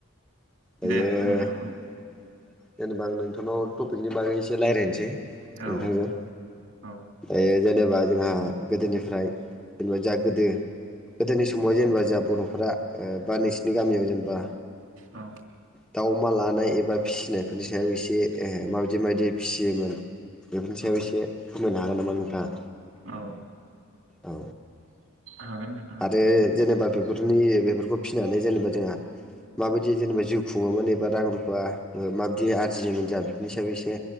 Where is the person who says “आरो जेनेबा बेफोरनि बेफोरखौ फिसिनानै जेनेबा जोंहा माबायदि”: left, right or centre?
Centre